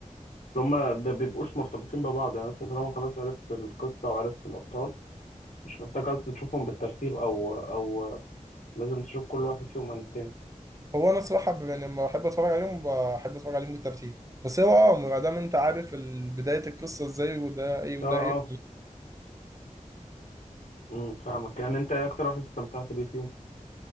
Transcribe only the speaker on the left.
هما ب- بيبقوش مرتبطين ببعض يعني أنت طالما خلاص عرفت القصة وعرفت الأبطال مش محتاج أصلا تشوفهم بالترتيب أو أو لازم تشوف كل واحد فيهم عن التاني
اه اه
أمم، فاهمك يعني انت ايه اكتر واحد استمتعت بيه فيهم